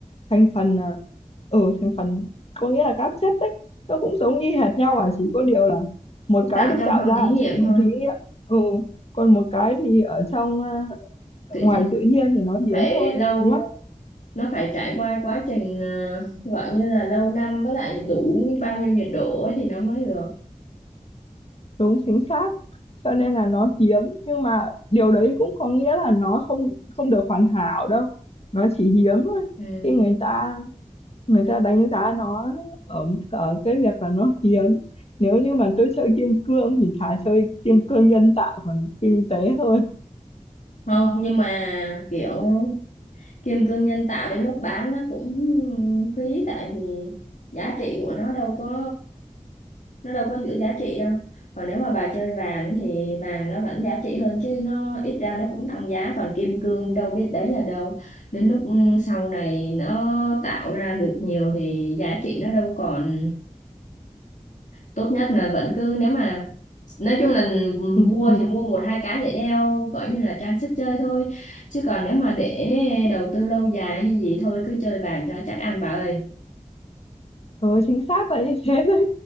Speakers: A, on the left; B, on the left.
A: thành phần ờ, ừ thành phần có nghĩa là các chất ấy nó cũng giống y hệt nhau à chỉ có điều là một cái
B: Tạo
A: được
B: trong
A: tạo
B: phòng
A: ra
B: thí
A: ở
B: nghiệm
A: trong phòng
B: thôi.
A: thí nghiệm ừ còn một cái thì ở trong ờ,
B: Tự
A: ngoài
B: nhiên
A: tự nhiên thì nó hiếm
B: phải
A: hơn
B: lâu
A: đúng không?
B: nó phải trải qua quá trình ờ, gọi như là lâu năm với lại đủ bao nhiêu nhiệt độ ấy thì nó mới được.
A: đúng chính xác cho nên là nó hiếm nhưng mà điều đấy cũng có nghĩa là nó không không được hoàn hảo đâu nó chỉ hiếm thôi
B: Ừ.
A: khi người ta người ta đánh giá nó ở, ở cái việc là nó hiếm nếu như mà tôi chơi kim cương thì thà chơi kim cương nhân tạo còn kinh tế hơn
B: Không, nhưng mà kiểu kim cương nhân tạo đến lúc bán nó cũng phí tại vì giá trị của nó đâu có nó đâu có giữ giá trị đâu còn nếu mà bà chơi vàng thì vàng nó vẫn giá trị hơn chứ nó ít ra nó cũng tăng giá còn kim cương đâu biết đấy là đâu đến lúc ừ, sau này nó tạo ra được nhiều thì giá trị nó đâu còn tốt nhất là vẫn cứ nếu mà nói chung là
A: ừ,
B: mua
A: ừ.
B: thì mua một hai cái để đeo coi như là trang sức chơi thôi chứ còn nếu mà để đầu tư lâu dài hay gì thôi cứ chơi vàng cho chắc ăn bà ơi
A: ừ chính xác là như thế